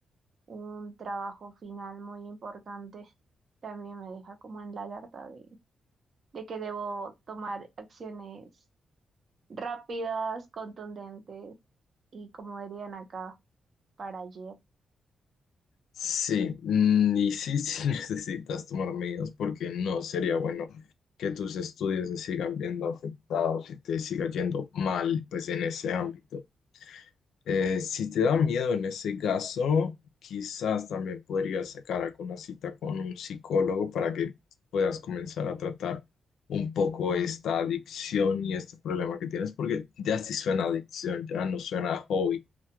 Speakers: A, on the right; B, on the left.
A: un trabajo final muy importante, también me deja como en la alerta de, de que debo tomar acciones rápidas, contundentes y como dirían acá, para ayer.
B: Sí, mm, y sí, <laughs> sí necesitas tomar medidas porque no sería bueno que tus estudios se sigan viendo afectados y te siga yendo mal pues en ese ámbito. Eh, si te da miedo en ese caso, quizás también podrías sacar alguna cita con un psicólogo para que puedas comenzar a tratar un poco esta adicción y este problema que tienes, porque ya sí suena adicción, ya no suena hobby,